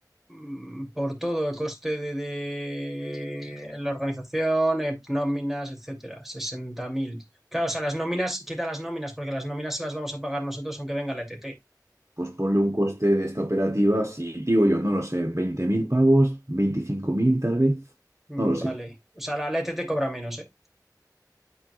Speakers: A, in the centre; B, on the right (about 45°).
A: mm, por todo el coste de, de la organización, eh, nóminas, etcétera, 60.000. Claro, o sea, las nóminas, quita las nóminas, porque las nóminas se las vamos a pagar nosotros aunque venga la ETT.
B: Pues ponle un coste de esta operativa, si digo yo, no lo sé, Veinte mil pavos, 25.000 tal vez,
A: Mm,
B: no lo sé.
A: Vale. O sea, la, la ETT cobra menos, ¿eh?